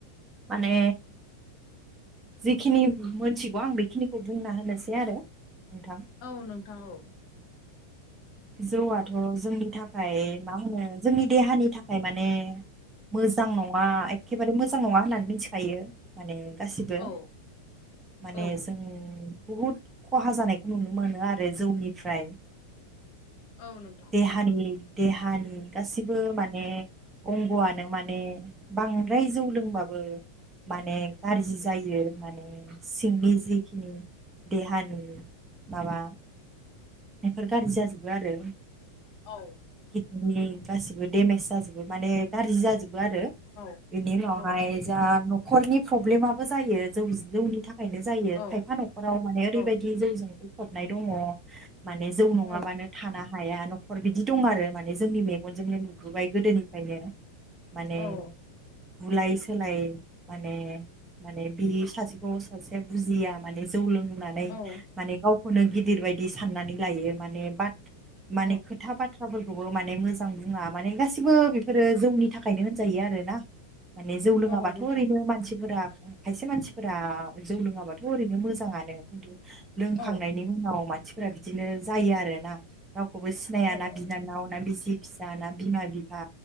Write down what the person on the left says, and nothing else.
औ नों थां औ
औ
औ
औ नोंथां
औ
औ
औ
औ
औ
औ
औ
औ
औ
औ नोंथां
औ
औ औ